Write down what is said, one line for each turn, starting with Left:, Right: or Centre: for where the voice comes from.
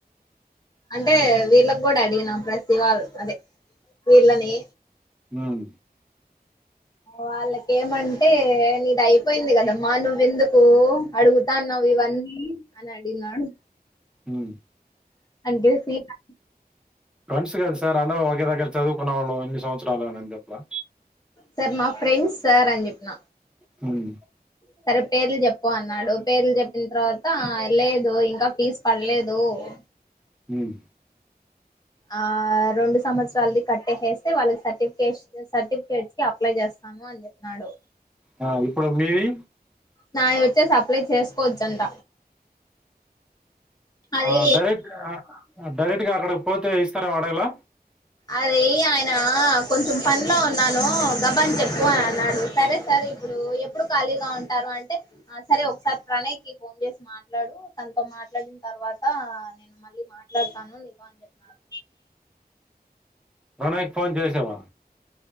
Left: అంటే వీళ్ళకి కూడా అడిగిన ప్రతి ఇవాళ అదే వీళ్ళని
Centre: హ్మ్
Left: వాళ్ళకేమంటే నీది అయిపోయింది కదమ్మా నువ్వెందుకు అడుగుతాన్నావ్ ఇవన్నీ అని అడిగినాడు.
Centre: హ్మ్
Left: ఈ విల్ గివ్ సీట్ అన్నా
Centre: ఫ్రెండ్స్ కదా సార్ అందరం ఒకే దగ్గర చదువుకున్నవాళ్ళు ఎన్ని సంవత్సరాలు అని చెప్పలా.
Left: సార్ మా ఫ్రెండ్స్ సార్ అని చెప్పిన.
Centre: హమ్.
Left: సరే పేర్లు చెప్పు అన్నాడు పేర్లు చెప్పిన తర్వాత లేదు ఇంకా ఫీజు పడలేదు. <inaudible>
Centre: హ్మ్.
Left: ఆ రెండు సంవత్సరాలిది కట్టేసేస్తే వాళ్ళకి సర్టీ. ఇన్ కేస్ సర్టిఫికేట్ కి అప్లై చేస్తాను అని చెప్పినాడు.
Centre: ఆ, ఇప్పుడు మీవి.
Left: నావి వచ్చేసి అప్లై చేసుకోవచ్చంట. అది
Centre: ఆ డైరెక్ట్ డైరెక్ట్ గా అక్కడ పోతే ఇస్తారెమో అడగలా.
Left: అది ఆయన కొంచెం పనిలో ఉన్నాను గబా అని చెప్పు అని అన్నాడు సరే సార్. ఇప్పుడు ఎప్పుడు ఖాళీగా ఉంటారు అంటే సరే ఒకసారి ప్రణయ్ కి ఫోన్ చేసి మాట్లాడు తనతో. మాట్లాడిన తర్వాత నేను మళ్ళీ మాట్లాడతాను నీతో అని చెప్పినాడు.
Centre: ప్రణయ్ కి ఫోన్ చేసావా.